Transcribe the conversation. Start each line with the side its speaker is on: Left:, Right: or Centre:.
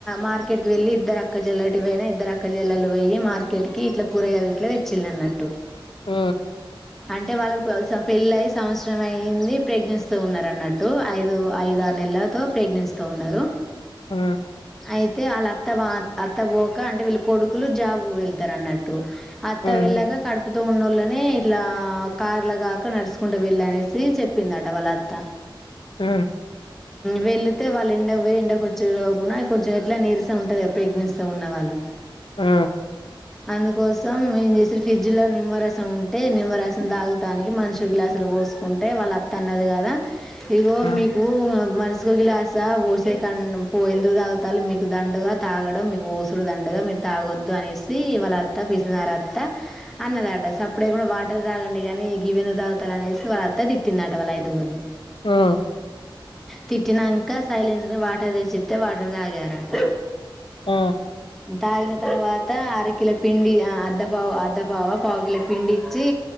Centre: మార్కెట్ కి వెళ్ళలి ఇద్దరు అక్క జల్లటి పోయినా ఇద్దరు అక్క జల్లు పోయి మార్కెట్ కి ఇట్లా కూరగాలు ఇట్లా తెచ్చిళ్ అన్నట్టు
Left: ఊ
Centre: అంటే వాళ్ళకి పెళ్ళ సంవత్సరం అయింది ప్రెగ్నెన్సీ తో ఉన్నారన్నట్టు ఐదు ఐదు ఆరు ఎలా తో ప్రెగ్నెన్స్ తో ఉన్నారు
Left: ఆ
Centre: అయితే వాళ్ళ అత్త అత్త పోక అంటే వీళ్ళు కొడుకులు జాబ్ వెళ్తారు అన్నట్టు అత్త
Left: హ్మ్.
Centre: వెళ్ళగా కడుపు త్త ఉన్నోళ్ళనే ఇట్లా కార్లగాక నడుచుకుంటూ వెళ్ళ అనేసి చెప్పిందట వాళ్ళ అత్త
Left: ఉ
Centre: వెళ్ళతే వాళ్ళ ఎంండ పో ఎండ కూ వర్చుప్పుడా కొంచెం ఎట్లా నీరసం ఉంటది గా ప్రెగ్నెన్స్ తో ఉన్నవాళ్ళు
Left: ఆ
Centre: అందుకోసం మేమ్ చేసిన ఫ్రిడ్జ్ లో నిమ్మరసం ఉంటే నిమ్మరసం తాగుతానికి మనిసో గ్లాసులు పో కుంటే వాళ్ళ అత్త అన్నది కదా ఇ
Left: హ్మ్.
Centre: మీకు పసుకో గ్లాస పోసే క ఎందుకు తాగుతాల్లు మీకు దండుగా తాగడం మీకు ఊసుడుదండగా మీరు తాగొద్దు అనేసి వాళ్ళ అత్త పీసినారి అత్త అన్నదా సప్పుడేడా వాటర్ తాగండి కాని గివెందు తాగుతాల అనేసి వాళ్ళ అత్త తిట్టింద అట వాళ్ళ ఐదుగురిని
Left: ఆ
Centre: తిట్టినాక సైలెన్స్ ని వాటర్ తెచ్చిస్తతే వాటర్ తాగారట
Left: ఆ
Centre: తాగిన తర్వాత అర కిలో పిండి అద్దపావు అద్దపావ పావు కిలో పిండి ఇచ్చి